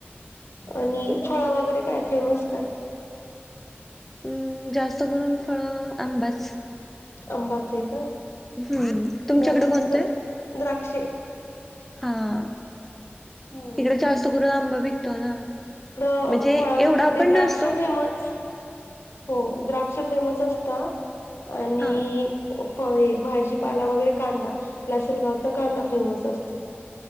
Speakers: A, on the left; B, in the centre.
A: आणि फळं वगैरे काय, फेमस काय?
B: अं जास्त करून फळ आंबाच.
A: अंबाच आहे का?
B: हम्म. तुमच्याकडं
A: नाशिकच
B: कोणतं आहे?
A: द्राक्षे
B: हा
A: हम्म
B: इकडे जास्त करून आंबा विकतो ना.
A: इकडं
B: म्हणजे
A: फळांमध्ये
B: एवढा पण
A: द्राक्ष
B: नसतो.
A: फेम <unintelligible> हो. द्राक्ष फेमस असतात आणि
B: हां.
A: फळे, भाजीपाला वगैरे कांदा लासलगावचा कांदा फेमस असतो.